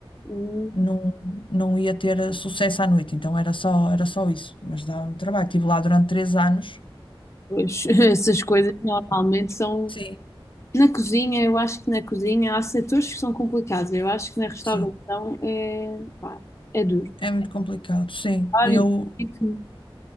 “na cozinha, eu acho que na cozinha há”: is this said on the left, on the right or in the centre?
Left